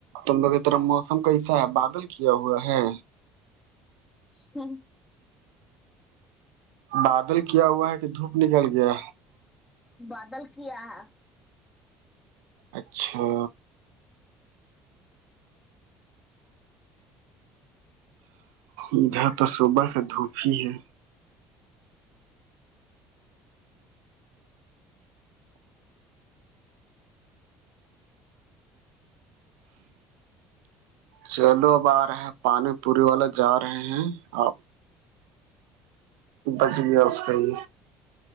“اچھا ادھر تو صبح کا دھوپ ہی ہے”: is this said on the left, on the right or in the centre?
Right